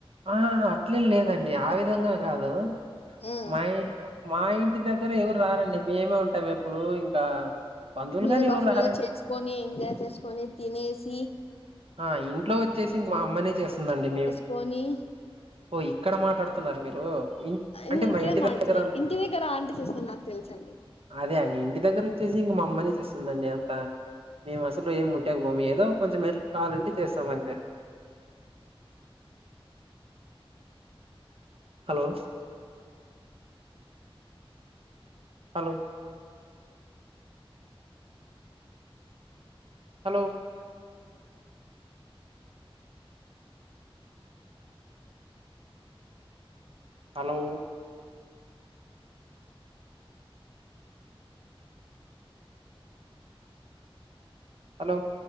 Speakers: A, on the right; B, on the left.
A: ఆ అట్లేంలేదండి ఆ విధంగా కాదు
B: ఉమ్.
A: మా మా ఇంటి దగ్గర ఎవరు రారండి మేమే ఉంటాం ఎప్పుడు ఇంకా బంధువులు
B: మీరే
A: గాని
B: బ
A: ఎవరు
B: ఫుల్
A: రారండి
B: గా చేసుకొని ఎంజాయ్ చేసుకొని తినేసి
A: మా ఇంట్లో వచ్చేసి ఇంక మా అమ్మనే చేస్తుందండి మేం
B: పోనీ
A: ఓ ఇక్కడ మాట్లాడుతున్నారు మీరు అంటే
B: నేను
A: మా
B: ఇక్కడే
A: ఇంటి
B: మారుతుాన్నాను
A: దగ్గర
B: ఇంటి దగ్గర చూస్తా నాకు తెలసి
A: అదే అండి ఇంటి దగ్గర వచ్చేసి ఇంక మా అమ్మనే చేస్తుందండి అంత మేము అసలు ఏం ముట్టాకపోాము ఏదో కొంచెం కావాలంటే చేస్తాం అంతే hello hello hello hello hello